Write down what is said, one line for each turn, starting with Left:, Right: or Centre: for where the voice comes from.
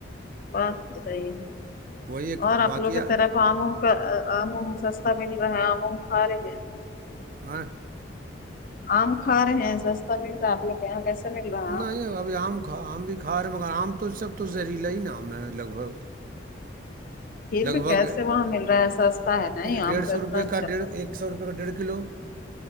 Left: بات صحی ہے
Right: وہی ایک
Left: اور آپ
Right: واقعہ
Left: لوگ کی طرف آموم کا آموم سستا مل رہا ہے آموم کھا رہے ہیں
Right: ہاں
Left: آم کار رہے ہیں سستتا من رہا کہاں کیسے مل رہا
Right: نہیں
Left: ہے آم
Right: ابھی آم کھا آم بھی کھا رہے ہیں مگر آم تو سب تو زہریلا ہی نا آام ہے لگ بھگ
Left: پھر
Right: لگ
Left: بھی
Right: بھگ
Left: کیسے وہاں مل رہا ہے سستا ہے نہیں
Right: ڈیڑھ
Left: آم تو
Right: سو
Left: اتنا
Right: روپئے
Left: اچھا
Right: کا ڈیڑھ
Left: پھل
Right: ایک سو روپئے کا ڈیڑھ کلو